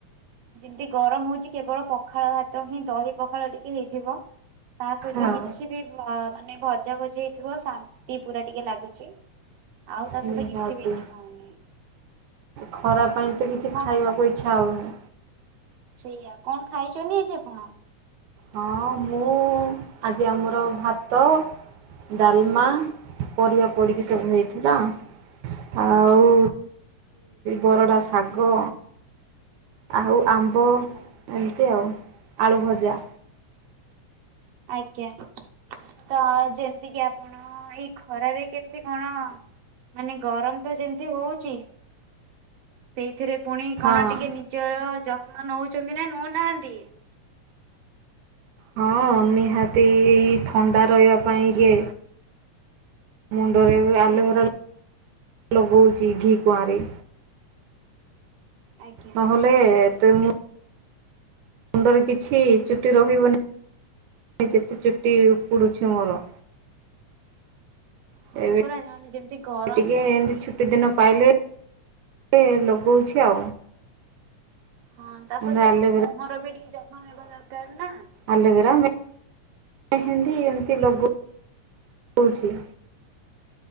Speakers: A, on the right (about 65°); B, on the right (about 80°).
A: ଯେମିତି ଗରମ ହଉଛି କେବଳ ପଖାଳ ଭାତ ହିଁ ଦହି ପଖାଳ ଟିକେ ହେଇଥିବ ତା ସହିତ
B: ହଁ
A: କିଛି ବି ମାନେ ଭଜା ଭଜି ହେଇଥିବ ଶାନ୍ତି ପୁରା ଟିକେ ଲାଗୁଛି। ଆଉ ତା
B: ନିହାତି
A: ସହିତ କିଛି ବି ଇଚ୍ଛା ହଉନି।
B: ଖରା ପାଇଁ ତ କିଛି
A: କଣ
B: ଖାଇବାକୁ ଇଛା ହଉନି।
A: ସେଇଆ କଣ ଖାଇଛନ୍ତି ଆଜି ଆପଣ?
B: ହଁ ମୁଁ ଆଜି ଆମର ଭାତ ଡାଲମା ପରିବା ପଡିକି ସବୁ ହେଇଥିଲା। ଆଉ
A: ଓହୋ
B: ବରଡ଼ା ଶାଗ ଆଉ ଆମ୍ବ
A: ଆଚ୍ଛା।
B: ଏମିତି ଆଉ ଆଳୁ ଭଜା।
A: ଆଜ୍ଞା। ତ ଯେମିତି କିି ଆପଣ ଏଇ ଖରାରେ କେତେ କଣ ମାନେ ଗରମ ତ ଯେମିତି ହଉଚି ସେଇଥିରେ ପୁଣି କଣ
B: ହଁ
A: ଟିକେ ନିଜର ଯତ୍ନ ନଉଛନ୍ତି ନା ନଉନାହାନ୍ତି?
B: ହଁ ନିହାତି ଥଣ୍ଡା ରହିବା ପାଇଁ କି ମୁଣ୍ଡରେ ଆଲୋବେରା ଲଗଉଛି ଘି କୁଆଁରି
A: ଆଜ୍ଞା।
B: ନହେଲେ ଏତେ ମୁଁ ମୁଣ୍ଡରେ କିଛି ଚୁଟି ରହିବନି ଯେତେ ଚୁଟି ଉପୁଡ଼ୁଛି ମୋର।
A: ହଁ
B: ଏବେ
A: ପରା ନହେଲେ ଯେମିତି ଗରମ
B: ଟିକେ
A: ହଉଛି
B: ଏମତି ଛୁଟି ଦିନ ପାଇଲେ ଏ ଲଗଉଛି ଆଉ।
A: ହଁ ତା
B: ମାନେ
A: ସହିତ
B: ଆଲୋଭେରା
A: ପୁଣି ମୁହଁର ବି ଟିକେ ଯତ୍ନ ନେବା ଦରକାର ନା
B: ଆଲୋବେରା ମେହେନ୍ଦି ଏମିତି ଲଗୋଉଛି।